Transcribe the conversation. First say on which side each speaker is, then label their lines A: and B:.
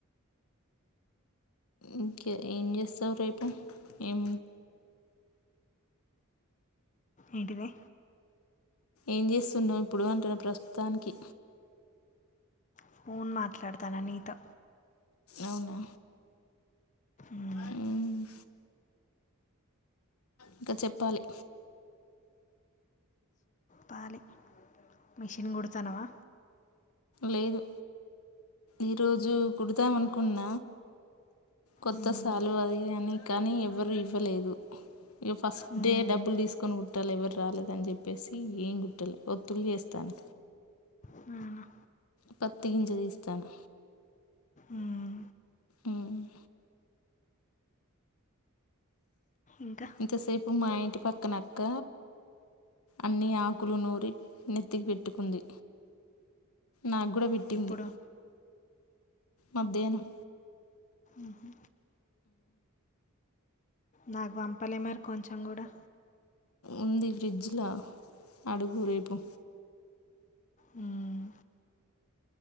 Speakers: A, on the left; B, on the left.
A: ఇంకా ఏం చేస్తావు రేపు ఏం
B: ఏంటిది
A: ఏం చేస్తున్నావు ఇప్పుడు అంటున్న ప్రస్తుతానికి
B: ఫోన్ మాట్లాడతాన్న నీతో
A: అవునా
B: మ్మ్.
A: ఉమ్ ఇంకా చెప్పాలి
B: పాలి మిషన్ కుడతనవా
A: లేదు ఈరోజు కుడుదాం అనుకున్న కొత్త
B: మ్మ్.
A: సాల్వ్ అదే అని కానీ ఎవరు ఇవ్వలేదు ఇక ఫస్ట్
B: మ్మ్.
A: డే డబ్బులు తీసుకొని కుట్టాలి ఎవరు రాలేద అని చెప్పేసి ఏం కుట్టలే ఒత్తులు చేస్తాను
B: అవునా?
A: పతిగింజ తీస్తాను
B: మ్మ్.
A: ఉమ్
B: ఇంకా
A: ఇంత సేపు ఇప్పుడు మా ఇంటి పక్కనక్క అన్ని ఆకులు నూరి నెత్తికి పెట్టుకుంది నాకు కూడా పెట్టింది
B: ఎప్పుడు
A: మధ్యాహ్నం
B: ఉహూ నాకు పంపలే మరి కొంచెం కూడా
A: ఉంది ఫ్రిడ్జ్లో అడుగు రేపు
B: మ్మ్.